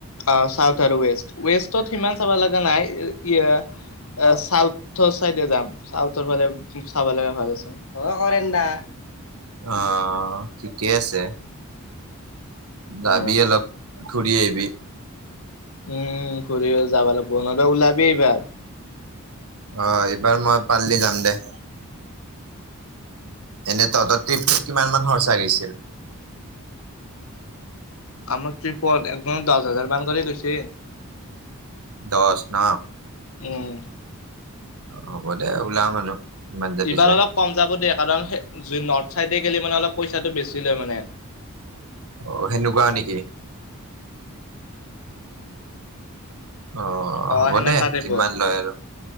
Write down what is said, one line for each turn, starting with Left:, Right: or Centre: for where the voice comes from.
Left: অ চাউথ আৰু ৱেষ্ট, ৱেষ্টত সিমান চাব লগা নাই। ই ইয়া চাউথৰ চাইডে যাম চাউথৰ ফালে চাব লগা ভাল আছে। অ হৰেন দা।
Right: অ ঠিকে আছে। যাবি
Left: অ
Right: অলপ ঘূৰি আহিবি।
Left: উম ঘূৰি যাবা লাগিব নহ'লে ওলাবি এইবাৰ।
Right: অ এইবাৰ মই পাৰলি যাম দে। এনে ততৰ ট্ৰিপ কিমান মান খৰচা গেছিল?
Left: আমাৰ ট্টিপত একদমত দহ হাজাৰ মান কৰে গৈছে।
Right: দচ ন।
Left: উম।
Right: অ হ'ব দে ওলাম আৰু। ইমান যদি
Left: এইবাৰ
Right: যায়
Left: অলপ কম যাব দিয়ে কাৰণ নৰ্থ চাইডে গলে মানে অলপ পইচাটো বেছি লয় মানে।
Right: অ সেনেকুৱা নেকি? অ
Left: অ
Right: হ'ব
Left: সেনেকা
Right: দে
Left: টাইপৰ
Right: যিমান লয় আৰু।